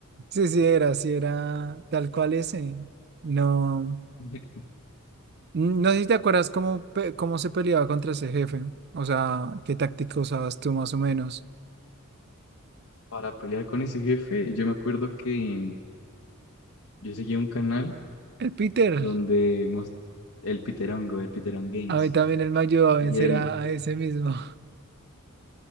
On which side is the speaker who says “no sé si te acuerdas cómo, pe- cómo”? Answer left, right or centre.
Right